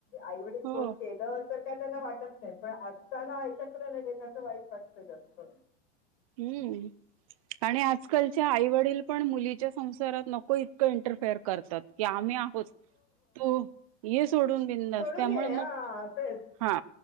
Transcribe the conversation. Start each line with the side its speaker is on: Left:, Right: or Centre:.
Left: आईवडील
Right: हो
Left: कोन केलं तर काय त्याना वाटत नाही, पण असताना ऐकत्र नाही. त्याच वाईट वाटत जास्त
Right: हम्म! आणि आजकालच्या आई वडील पण मुलीच्या संसारात नको इतकं इंटरफेअर करतात. की आम्ही हो तो सोडून बिंदास
Left: सोडून
Right: त्यामुळे
Left: ये हा
Right: मग
Left: तेच
Right: हा